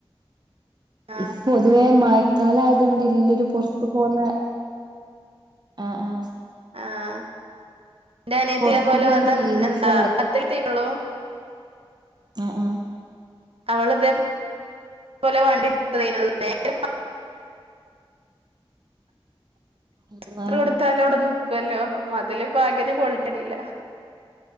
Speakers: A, on the right; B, on the right.
A: ആഹ്
B: ഈ പൊതുവേ മഴക്കാലായതോണ്ട് എല്ലരും പൊർ ത്ത് പോന്നെ ആഹ് ആഹ്
A: ആഹ് ഇൻ്റെ അനിയത്തീനെ
B: പുറത്ത്
A: പോലെ
B: പോകുന്ന
A: വെർതെ
B: റീൽസ്
A: എന്താ പത്ത് എത്തീട്ടൊള്ളൂ
B: ആഹ് ആഹ്
A: അവള് ഇതേ പോലെ വണ്ടിട്ത്തതേനു <unintelligible>
B: അള്ളാ
A: എത്ര കൊട്ത്താലും അവ്ടെ നിക്കല്ലോ മതില് ഭാഗ്യത്തിന് പൊളിഞ്ഞടില്ല